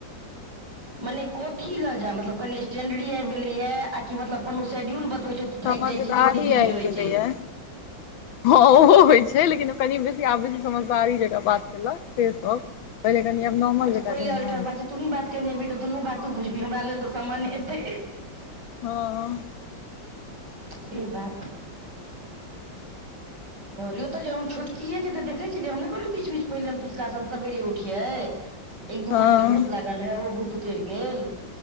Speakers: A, on the right; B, on the left.
A: मने कथी लऽ जा मतलब कनी स्टैंडरी आबि गेलैएा आ कि मतलब कोनो शेड्यूल बतबै
B: नहि
A: छौ तऽ
B: समझदारी
A: थाकि जाइ छै जे एते बिजी
B: आबि
A: रहै
B: गेलैए
A: छै
B: हँ ओहो होइ छै लेकिन कनि बेसी आब छै समझदारी बात केलक से सब पहिले कनि आब नॉर्मल
A: अच्छा
B: जकाँ
A: पहिले
B: रहै
A: अल्टर
B: नऽ
A: बात छै तूही बात केनेबही तऽ दुनू बात त बुझबही हमरा लेल तऽ सामान्य हेतै
B: हँ
A: से बात
B: <inaudible>
A: कहलियौ तऽ जे हम छोटकिए केँ तऽ देखे छलियै हम नइ कहलियो किछ बिच पहिले हम पछिला साल सबेरे उठियै
B: <inaudible>
A: एक दू
B: हँ
A: मास केँ भूत लागल रहै ओहो भूत उतैर गेल